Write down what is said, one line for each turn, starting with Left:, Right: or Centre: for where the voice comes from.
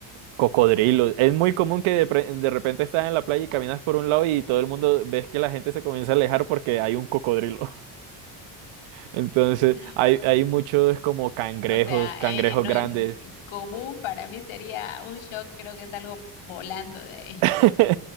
Right: cocodrilos. Es muy común que de, pre- de repente estás en la playa y caminas por un lado y todo el mundo ves que la gente se comienza a alejar porque hay un cocodrilo. Entonces,
Left: <laughs>
Right: hay, hay muchos como cangrejos,
Left: O sea,
Right: cangrejos
Left: eh, eh, no,
Right: grandes,
Left: en- común para mí sería un shock, creo que salgo volando de ahí.
Right: <laughs>
Left: <laughs>